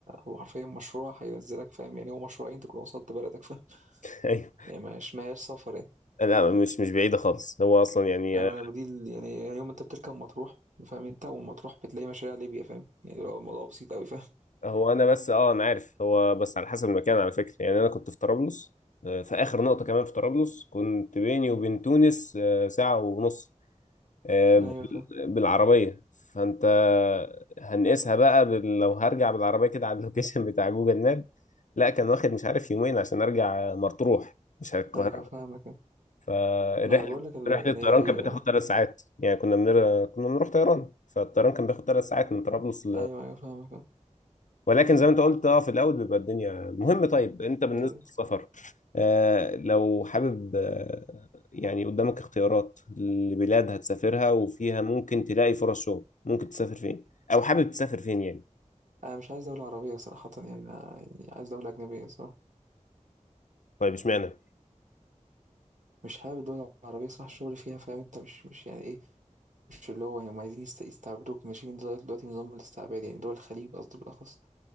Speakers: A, on the right; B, on the left.
A: هو حرفيا مشروع هينزلك فاهم يعني هو مشروعين تكون وصلت بلدك فاهم
B: <laughs> ايوه
A: يعني مش ماهياش سفر
B: لا مش مش بعيده خالص هو اصلا يعني
A: ايوه انا دي ال- يعني يعني يوم انت بتركب مطروح فاهم انت والمطروح بتلاقي مشاريع ليبيا فاهم يعني لو الموضوع بسيط قوي فاهم
B: هو انا بس اه انا عارف هو بس على حسب المكان على فكره يعني انا كنت في طرابلس آه، في اخر نقطه كمان في طرابلس كنت بيني وبين تونس آه، ساعه ونص آه،
A: <laughs>
B: بال-
A: ايوه فاهم
B: بالعربيه فانت هنقيسها بقى بال... لو هرجع بالعربيه كده على اللوكيشن <laughs> بتاع جوجل ماب لا كان واخد مش عارف يومين عشان ارجع مطروح مش على القاهره
A: ايوه فاهمك
B: فالرحله
A: ما انا بقول لك ال-
B: رحله الطيران
A: يعني هي-
B: كانت بتاخد ثلاث ساعات يعني كنا بنر... كنا بنروح طيران فالطيران كان بياخد ثلاث ساعات من طرابلس ل
A: ايوه ايوه فاهمك
B: ولكن زي ما انت قلت اه في الاول بيبقى الدنيا مهم طيب انت بالنسبه
A: يعني
B: للسفر آه لو حابب آه يعني قدامك اختيارات لبلاد هتسافرها وفيها ممكن تلاقي فرص شغل ممكن تسافر فين او حابب تسافر فين يعني
A: انا مش عايز دولة عربية صراحة يعني انا يعني عايز دولة أجنبية صراحة
B: طيب اشمعنى
A: مش حابب الدول العربية صراحة الشغل فيها فاهم انت مش مش يعني ايه مش اللي هو يعني هم عايزين يست- يستعبدوك ماشي من دلوقتي دلوقتي نظام الاستعباد يعني دول الخليج قصدي بالأخص